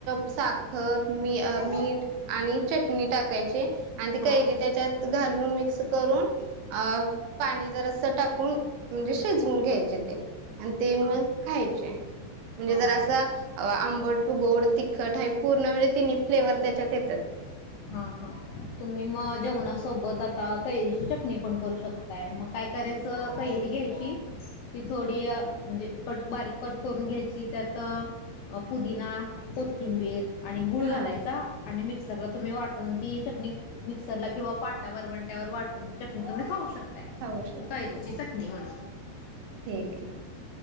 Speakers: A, on the right (about 85°); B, on the left (about 75°).
A: साखर, मी आ
B: हां
A: मीठ आणि चटणी टाकायचे. आन ती
B: हां
A: कैरी
B: हां
A: त्याच्यात घालून मिक्स करून अ पाणी जरासं टाकून म्हणजे शिजवून घ्याय घ्यायचं ते आणि ते मग खायचे. म्हणजे
B: हां
A: जरा
B: हां
A: असं अ आं ट, गोड, तिखट हाई पूर्ण म्हणजे तिन्ही फ्लेवर त्याच्यात येत्यात.
B: हां हां तुम्ही मग जेवणासोबत आता कैरीची चटणी पण करू शकताय, मग काय करायचं कैरी घ्यायची, ती थोडी म्हणजे कट बारीक कट करून घ्यायची, त्यात पुदिना, कोथिंबीर आणि गुळ
A: हां
B: घालायचा आणि मिक्स ्रला तुम्ही वाटून ती चटणी मिक्सरला किंवा पाटावरवंट्यावर वाटून ती चटणी तुम्ही खाऊ शकता.
A: खाऊ शकतो
B: कैरीची
A: ते.
B: चटणी म्हणून.
A: ठीक आहे